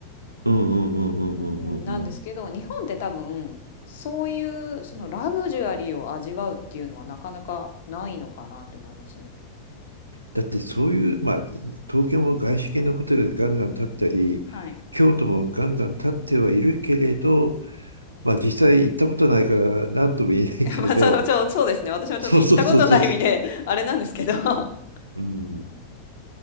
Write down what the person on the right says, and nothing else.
うんうんうんうんうんうんうん。
だってそういう、まあ、東京も外資系のホテルがガンガン建ったり、
京都もガンガン建ってはいるけれど、
まあ実際行ったことないから何とも言えないけれど、
そうそうそうそう。
うん、